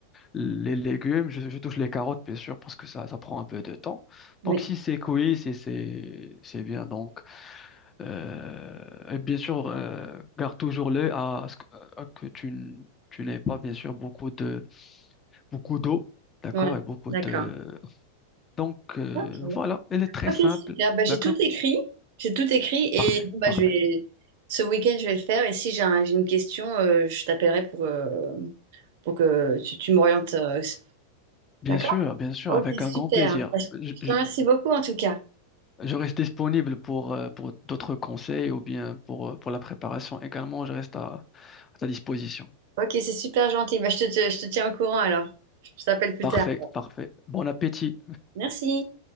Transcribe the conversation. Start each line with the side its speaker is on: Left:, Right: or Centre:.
Left: les légumes, je, je touche les carottes, bien sûr, parce que ça, ça prend un peu de temps.
Right: oui.
Left: Donc si c'est cuit, si c'est, c'est bien, donc. Euh, et bien sûr, euh, garde toujours l'œil à, à ce que, à que tu, n- tu n'aies pas, bien sûr, beaucoup de, beaucoup d'eau, d'accord,
Right: Ouais,
Left: et beaucoup
Right: d'accord.
Left: de... Donc, euh,
Right: Ok.
Left: voilà, elle est très
Right: Ok,
Left: simple,
Right: super. Bah, j'ai
Left: d'accord?
Right: tout écrit. J'ai tout écrit et
Left: Parfait,
Right: bon, bah,
Left: parfait.
Right: je vais... ce week-end, je vais le faire. Et si j'ai un- j'ai une question, euh, je t'appellerai pour, euh, pour que tu, tu m'orientes. euh,
Left: Bien
Right: D'accord?
Left: sûr, bien sûr,
Right: Ok,
Left: avec
Right: super.
Left: un grand plaisir.
Right: Bah, je
Left: Je,
Right: je
Left: je-
Right: te remercie beaucoup en tout cas.
Left: je reste disponible pour, euh, pour d'autres conseils ou bien pour, euh, pour la préparation également, je reste à à ta disposition.
Right: Ok, c'est super gentil. Bah, je te, te- je te tiens au courant alors. Je t'appelle plus
Left: Parfait,
Right: tard.
Left: parfait. Bon appétit.
Right: Merci.